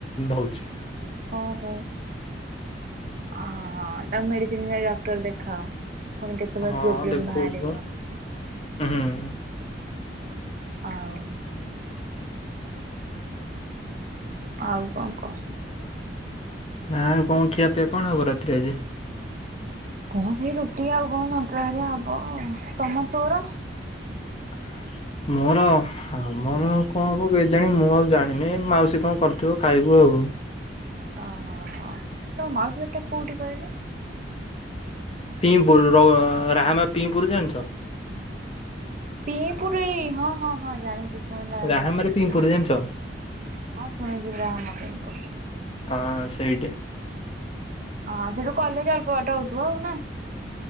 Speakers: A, on the left; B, on the right.
A: ହଉଛି।
B: ଓହୋ ହଁ ହଁ। ତାକୁ ମେଡ଼ିସିନ ଯ ଡକ୍ଟର ଦେଖାଅ। ଫୁଣି କେତେବେଳେ
A: ହଁ
B: ପ୍ରୋବ୍ଲେମ୍
A: ଦେଖଉଛି
B: ବାହାରିବ?
A: ବା ହୁଁ।
B: ଆଉ ଆଉ କଣ କହ?
A: ନା କଣ ଖିଆ ପିଆ କଣ ହବ ରାତିରେ ଆଜି?
B: କହ ସେ ରୁଟି ଆଉ କଣ ସନ୍ତୁଲା।
A: ହ। ମୋର ଆମର କଣ ହବ ଜାଣି ମୁଁ ଆଉ ଜାଣିନି ମାଉସୀ କଣ କରିଥିବ ଖାଇବୁ ହଉ।
B: ଓହୋ ତୋ ମାଉସୀ ଘର ଟା କୋଉଠି କହିଲୁ?
A: ପିପୁର ର ରାହାମା ପିହପୁରଛ।
B: ପଁ ପୁର ଏଇ ହଁ ହଁ ହଁ ଜାଣିଛି। ଶୁଣିଲା
A: ରାହାମାରେ
B: ଲାଗୁଛି
A: ପିମ୍ପୁର ଜାଣିଛ?
B: ହଁ ଶୁଣିଯିବ ଆମ ପାଇଁଙ୍କୁ
A: ହଁ ସେଇଠି।
B: ହଁ ସେଠୁ କଲେଜ ଅଳ୍ପ ବାଟ ହଉଥିବ, ଆଉ ନା